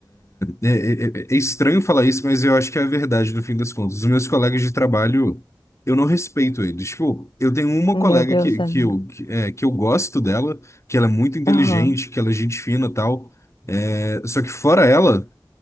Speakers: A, on the left; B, on the left.
A: É, é- é- é estranho falar isso, mas eu acho que é a verdade no fim das contas. Os meus colegas de trabalho, eu não respeito eles. Tipo, eu tenho uma
B: Meu
A: colega
B: Deus,
A: que, que,
B: amigo.
A: eu, que, é, que eu gosto dela, que ela é muito inteligente,
B: Aham.
A: que ela é gente fina e tal. É, só que fora ela.